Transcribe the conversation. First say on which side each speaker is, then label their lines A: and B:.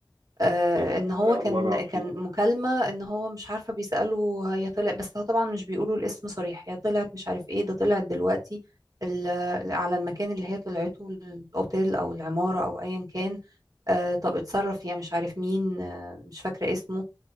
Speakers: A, on the right; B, on the right.
A: آه،
B: ايه ده
A: ان هو
B: انا اول
A: كان
B: مره اعرف
A: كان
B: الموضوع
A: مكالمة
B: ده
A: ان هو مش عارفة بيسأله هي طلعت بس هو طبعا مش بيقولوا الاسم صريح هي طلعت مش عارف ايه ده طلعت دلوقتي ال- على المكان اللي هي طلعته الاوتيل او العمارة او ايا كان آه طب اتصرف يا مش عارف مين آه مش فاكرة اسمه